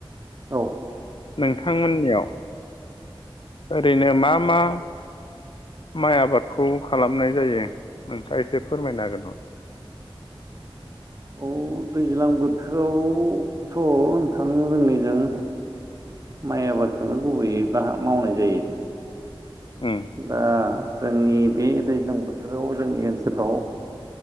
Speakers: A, on the right; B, on the left.
A: औ
B: नोंथांमोननियाव ओरैनो मा मा? माइ आबादखौ खालामनाय जायो। नोंथाङा एसे फोरमायनो हागोन नामा?
A: औ दैज्लां बोथोरावथ' नोंथां जोंनिजों माइ आबादखौनो गुबैयै बाह मावनाय जायो।
B: उम।
A: दा जोंनि बे दैज्लां बोथोराव जोंनि ओनसोलाव